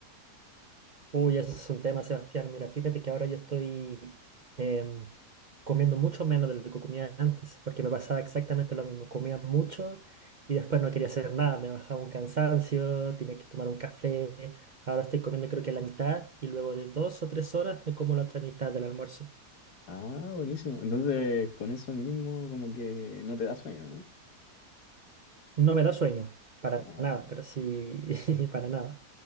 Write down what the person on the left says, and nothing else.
Ah, buenísimo. Entonces, con eso mismo como que no te da sueño, ¿no?
Ah,